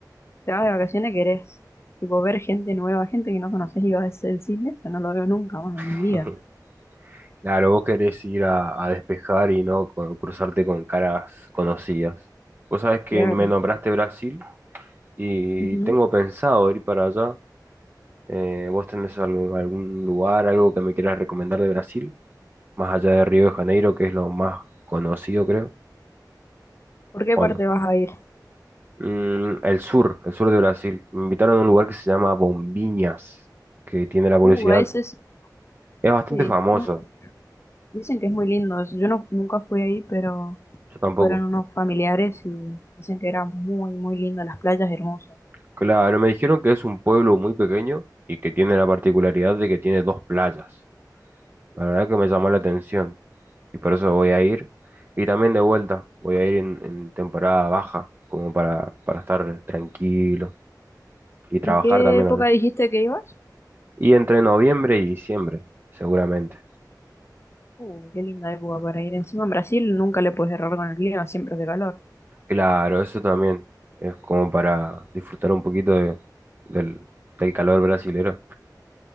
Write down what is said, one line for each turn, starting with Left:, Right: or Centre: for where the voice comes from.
Left: Te vas de vacaciones, querés, tipo, ver gente nueva, gente que no conoces y vas a hacer el cine, eso no lo veo nunca más en
Right: <laughs>
Left: mi vida.
Right: Claro, vos querés ir a, a despejar y no co- cruzarte con caras conocidas. Vos sabés que
Left: Claro.
Right: me nombraste Brasil y
Left: Ujú.
Right: tengo pensado ir para allá. Eh, ¿vos tenés algún, algún lugar, algo que me quieras recomendar de Brasil? Más allá de Río de Janeiro, que es lo más conocido, creo,
Left: ¿Por qué
Right: ¿o
Left: parte
Right: no?
Left: vas a ir?
Right: Mm, el sur, el sur de Brasil. Me invitaron a un lugar que se llama Bombinhas, que tiene la curiosidad.
Left: Uh, a ese es-
Right: Es bastante
Left: sí.
Right: famoso,
Left: no, dicen que es muy lindo. Yo no, nunca fui ahí, pero
Right: yo tampoco.
Left: fueron unos familiares y dicen que era muy, muy lindo, las playas hermosas.
Right: Claro, me dijeron que es un pueblo muy pequeño y que tiene la particularidad de que tiene dos playas. La verdad que me llamó la atención. y por eso voy a ir. Y también de vuelta, voy a ir en, en temporada baja, como para, para estar tranquilo y trabajar
Left: ¿En qué
Right: también
Left: época
Right: allá.
Left: dijiste que ibas?
Right: Y entre noviembre y diciembre, seguramente.
Left: Uh, qué linda época para ir. Encima en Brasil nunca le puedes errar con el clima, siempre es de calor.
Right: Claro, eso también es como para disfrutar un poquito de- del, del calor brasilero.